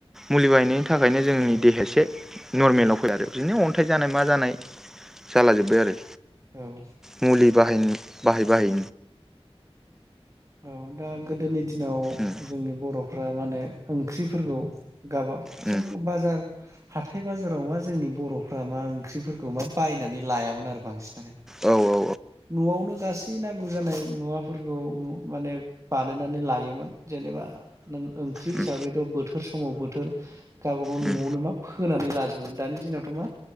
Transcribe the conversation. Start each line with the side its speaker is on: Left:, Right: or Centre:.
Centre: मुलि बायनाय नि थाखायनो जोंनि
Right: औ
Centre: देहासे नर्मेलाव फै आरो बिदिनो अन्थाइ जानाय मा जानाय जाला जोब्बाय आरो।
Right: औ
Centre: मुलि बाहयनि बाहाय
Right: दा
Centre: बाहाय
Right: औ दा गोदोनि दिनाव
Centre: उम
Right: जोंनि बर'फ्रा मा होनो। ओंख्रिफोरखौ गाबा
Centre: उम
Right: जों बाजार हाथाइ बाजाराव माज जोंनि। बर'फ्रा मा ओंख्रिफोरखौ मा बायनानै लायामोन आरो बांसिनानो
Centre: औ औ
Right: न'आवनो। गासै नांगौ जानाय मुवाफोरखौ। माने बानायनानै लायोमोन। जेनेबा नों ओंख्रि हिसाबैथ'
Centre: उम
Right: बोथोर स समाव बोथोर। गावबागाव
Centre: उम
Right: न'आवनो मा फोनानै लाजोबो दानि दिनावथ' मा